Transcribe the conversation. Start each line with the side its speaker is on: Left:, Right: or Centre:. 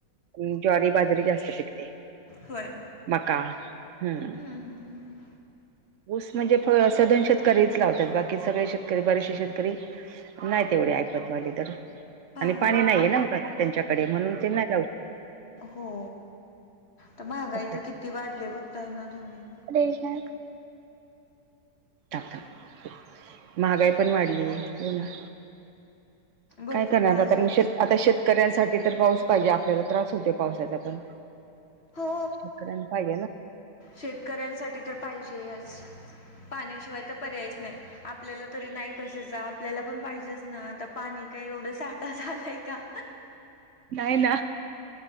Right: ज्वारी, बाजारी जास्त पिकते.
Left: होय.
Right: मका हम्म.
Left: हम्म हम्म
Right: ऊस म्हणजे सधन शेतकरीच लावतात बाकी सगळे शेतकरी बरेचसे शेतकरी नाही तेवढे ऐपतवाले तर.
Left: हा
Right: आणि पाणी नाहीये ना त्यांच्याकडे म्हणून ते नाही राव
Left: हो. तर महागाई
Right: शकत
Left: तर किती वाढली बघताय ना तुम्ही?
Right: रश ना. ापप महागाई पण वाढली हो ना.
Left: भरपूर
Right: काय करणार
Left: महाग
Right: आता
Left: झाले
Right: मग श
Left: सगळं.
Right: आता शेतकऱ्यांसाठी तर पाऊस पाहिजे आपल्याला त्रास होत पावसाचा पण.
Left: हो
Right: शकड्यांन पा हीजे ना.
Left: शेतकऱ्यांसाठी तर पाहिजेच. पाण्याशिवाय तर पर्यायच नाही आपल्याला तरी नाही कशाचा आपल्याला पण पाहिजेच ना. आता पाणी काही एवढं साठा झालाय का?
Right: नाही ना